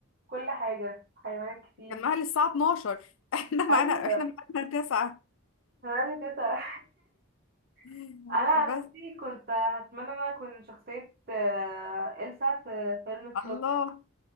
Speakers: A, on the right (about 45°); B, on the left (about 70°).
A: كل حاجة حيوانات كتير
B: كان معاها للساعة 12 <laughs> احنا
A: أيوة
B: معانا احنا معانا تسعة
A: تمام كده
B: <laughs>
A: <laughs> أنا عن
B: بس
A: نفسي كنت هتمنى إن أنا أكون شخصية آه، إلسا في فيلم فروزن
B: الله